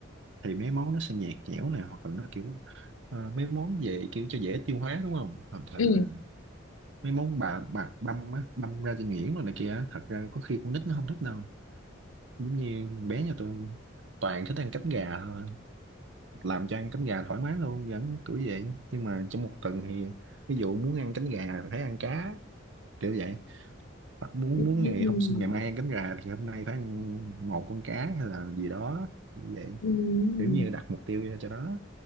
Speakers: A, on the right (about 65°); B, on the left (about 85°).
A: thì mấy món nó sẽ nhạt nhẽo này hoặc là nó kiểu ờ, mấy món về kiểu cho dễ tiêu hóa đúng không hoặc là
B: ừ.
A: mấy món bạc bạc băm á băm ra cho nghiền rồi này kia thật ra có khi con nít nó không thích đâu giống như bé nhà tôi toàn thích ăn cánh gà thôi làm cho ăn cánh gà thoải mái luôn vẫn kiểu vậy nhưng mà trong một tuần thì ví dụ muốn ăn cánh gà thì phải ăn cá kiểu vậy Hoặc muốn
B: Ừ.
A: muốn ngày hôm ngày mai ăn cánh gà thì hôm nay phải ăn một con cá hay là gì đó như vậy
B: Ừ.
A: kiểu như đặt mục tiêu ra cho nó